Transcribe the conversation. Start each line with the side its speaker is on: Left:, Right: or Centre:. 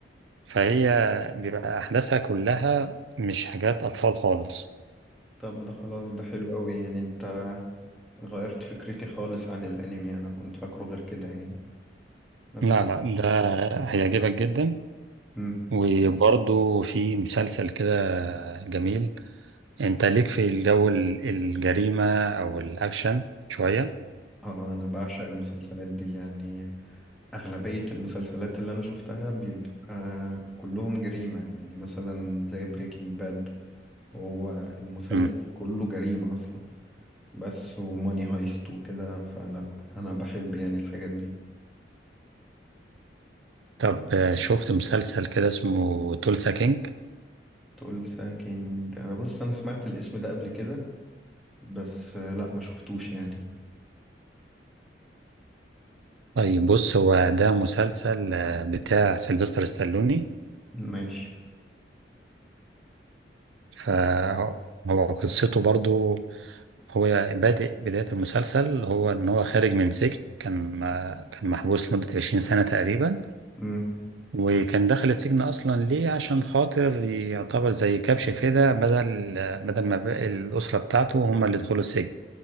Right: فهي بيبقى أحداثها كلها مش حاجات أطفال خالص
Centre: طب ده خلاص ده حلو قوي يعني انت غيرت فكرتي خالص عن الانمي انا كنت فاكره غير كده يعني بس
Right: لا لا ده هيعجبك جدا
Centre: مم.
Right: وبرضه في مسلسل كده جميل انت ليك في الجو ال- الجريمة او الاكشن شوية
Centre: اه انا بعشق المسلسلات دي يعني اغلبية المسلسلات اللي انا شفتها بيبقى كلهم جريمة يعني مثلا زي بريكنج باد هو المسلسل
Right: مم.
Centre: كله جريمة اصلا بس وماني هايست وكده فلا انا بحب يعني الحاجات دي
Right: طب آه، شفت مسلسل كده اسمه تولسا كينج
Centre: تقول ساكينج انا بص انا سمعت الاسم ده قبل كده بس آه، لا ما شفتوش يعني
Right: طيب بص هو ده مسلسل آه، بتاع سيلفستر ستالوني
Centre: ماشي
Right: فهو قصته برضه هو بادئ بداية المسلسل هو ان هو خارج من سجن كان كان محبوس لمدة 20 سنة تقريبا
Centre: مم.
Right: وكان دخل السجن اصلا ليه عشان خاطر يعتبر زي كبش فداء بدل بدل ما بقى الاسره بتاعته هم اللي دخلوا السجن